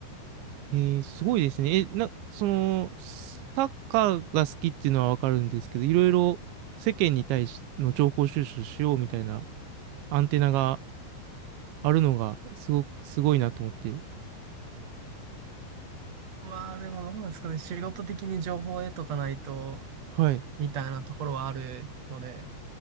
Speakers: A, on the right (about 80°); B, on the right (about 40°).
A: えー、すごいですね。え、な、その、サッカーが好きっていうのはわかるんですけど、いろいろ世間に対しての情報収集しようみたいなアンテナがあるのがすごく、すごいなと思って。
B: まあでもどうなんですかね、仕事的に情報を得とかないと、
A: はい。
B: みたいなところはあるので、